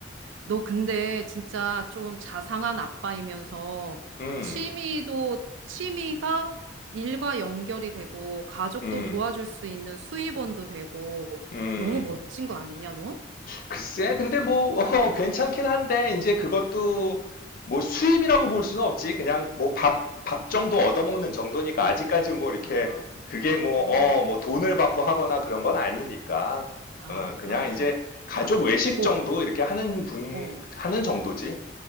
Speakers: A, on the right (about 80°); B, on the left (about 50°).
A: 너 근데 진짜 좀 자상한 아빠이면서
B: 음,
A: 취미도, 취미가 일과 연결이 되고 가족도
B: 음,
A: 도와줄 수 있는 수입원도 되고
B: 음.
A: 너무 멋진 거 아니냐, 너?
B: 글쎄,
A: 와,
B: 근데 뭐, <laughs> 어, 괜찮긴 한데, 이제 그것도 뭐 수입이라고 볼 수는 없지. 그냥 뭐 밥, 밥 정도 얻어먹는 정도니까 아직까지 뭐 이렇게
A: 아,
B: 그게
A: 아,
B: 뭐, 어, 뭐 돈을 받고 하거나 그런 건 아니니까.
A: 아,
B: 어, 그냥 이제
A: 그렇군.
B: 가족
A: 야,
B: 외식
A: 어,
B: 정도 이렇게 하는 분,
A: 어.
B: 하는 정도지.